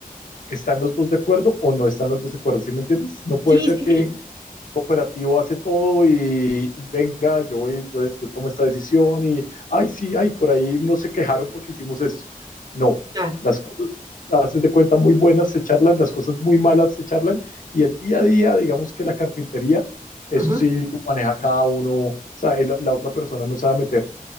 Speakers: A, on the left; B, on the right.
A: ¿Están los dos de acuerdo o no están los dos de acuerdo? ¿Sí me entiendes? No puede
B: sí,
A: ser
B: sí,
A: que
B: sí,
A: el operativo hace todo y, y venga, yo, voy, yo, yo tomo esta decisión y, ay, sí, ay, por ahí no se quejaron porque hicimos esto. No,
B: claro.
A: las cosas haces de cuenta muy buenas se charlan, las cosas muy malas se charlan y el día a día, digamos que la carpintería, eso
B: ujú,
A: sí lo maneja cada uno, o sea, el- la otra persona no se va a meter